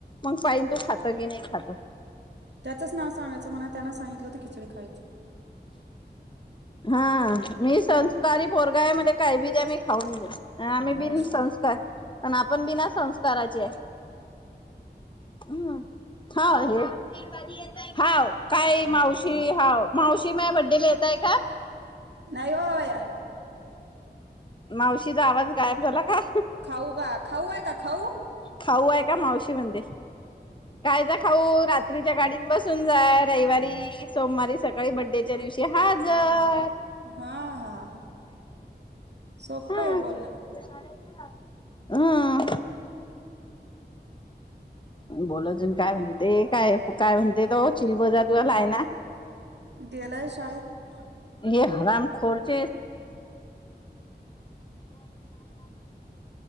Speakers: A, on the left; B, on the right.
A: मग पाईन तू खात की नाही खात
B: त्याचंच नाव सांगायचं म्हणा त्यांना सांगितलं होत खिचडी खायची
A: हा मी संस्कारी पोरगा मी काही बी द्या मी खाऊन न आम्ही बिन
B: असं
A: संस्कार पण आपण बिना संस्काराचे आहे हम् हा आहे हाव काही मावशी हाव मावशी म बड्डे ला येतय का?
B: नाही होया
A: मावशीचा आवाज गायब झाला का?
B: खाऊ का खाऊ आहे का खाऊ?
A: खाऊ आहे का मावशी म्हणते खायच खाऊ रात्रीच्या गाडीन बसून जाय रविवारी सोमवारी सकाळी बड्डेच्या दिवशी हाजर
B: हा हा हा
A: हम
B: सोपं आहे बोलणं
A: बोला अजून काय म्हणते काय काय म्हणते तो चिलबज तुवाला आहे ना
B: गेला शाळेत
A: <unintelligible> <unintelligible> <inaudible> लड्डू